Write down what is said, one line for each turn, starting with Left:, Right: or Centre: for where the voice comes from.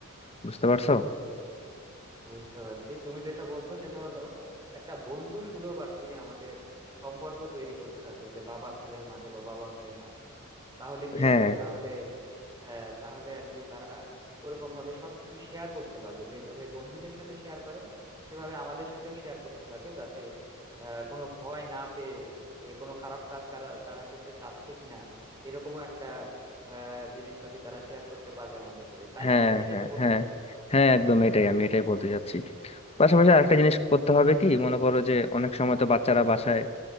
Left: বুঝতে পারছো
Right: বুঝতে পারছি বুঝতে পারছি তুমি যেটা বলছো সেটা হলো একটা বন্ধু সুলভ আর কি আমাদের সম্পর্ক তৈরি করতে হবে যে বাবা ছেলের মাঝে বা বাবা মেয়ের মাঝে তাহলে কি
Left: হ্যাঁ
Right: হবে তাহলে হ্যাঁ তাহলে আর কি তারা ওরকম ভাবে সবকিছু শেয়ার করতে পারবে যেভাবে বন্ধুদের সাথে শেয়ার করে সেভাবে আমাদের সাথেও শেয়ার করতে পারবে যাতে আহ কোনো ভয় না পেয়ে এ, কোনো খারাপ কাজ তারা তারা করতে চাচ্ছে কিনা এরকমও একটা আহ জিনিসপাতি তারা শেয়ার করতে পারবে আমাদের সাথে তাই
Left: হ্যাঁ
Right: না এটাই
Left: হ্যাঁ
Right: তো বলতে
Left: হ্যাঁ
Right: চাচ্ছো তুমি।
Left: হ্যাঁ একদম এটাই আমি এটাই বলতে চাচ্ছি পাশাপাশি আরেকটা জিনিস করতে হবে কি মনে করো যে অনেক সময় তো বাচ্চারা বাসায়